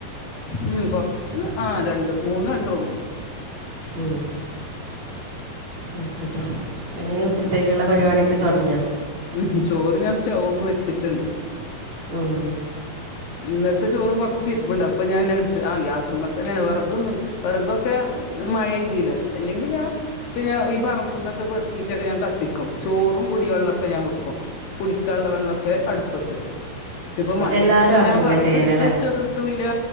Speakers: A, on the left; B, on the right.
A: ഉം കൊറച്ച് ആഹ് രണ്ട് മൂന്ന് ബെഡ്‌റൂം
B: ഉമ് ആയിക്കോട്ടെ ഇനി ഉച്ചത്തേക്കുള്ള പരിപാടിയൊക്കെ തൊടങ്ങിയാ
A: ഉമ് ഹം ചോറ് ഞാ സ്റ്റവു വ വച്ചിട്ടുണ്ട്
B: ഉമ്
A: ഇന്നലത്തെ ചോറും കൊറച്ച് ഇരിപ്പുണ്ട് അപ്പൊ ഞാൻ എടു ആ ഗ്യാസുമേ തനെയാണ് വർ കൊന്നു വറഗൊക്കെ മഴ ഇയ്തില്ലേ അല്ലെങ്കിൽ ഞാൻ പിന്നെ ഈ പറമ്പിൽന്നൊക്കെ പെറുക്കിട്ടൊക്കെ ഞാൻ കത്തിക്കും ചോറും കുടിവെളൊക്കെ ഞാൻ വെക്കും കുടിക്കാനുള്ള വെള്ളമൊക്കെ അടുപ്പത്ത് പക്ഷെ ഇപ്പൊ മഴ
B: എല്ലാവരും
A: പെയ്തപ്പൊ
B: അങ്ങനെ
A: ഞാ വെർഗ
B: ചെയ്യലല്ലേ
A: എടുത്ത് വെച്ചത് ഇട്ടൂല്ല